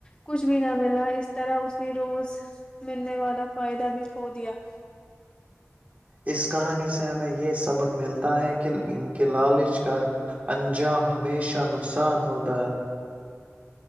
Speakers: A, on the left (about 20°); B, on the right (about 30°).
A: کچھ بھی نہ ملا اس طرح اس نے روز ملنے والا فائدہ بھی کھو دیا <inaudible>
B: اس کہانی سے ہمیں یہ سبق ملتا ہے کہ ان کے لالچ کا انجام ہمیشہ نقصان ہوتا ہے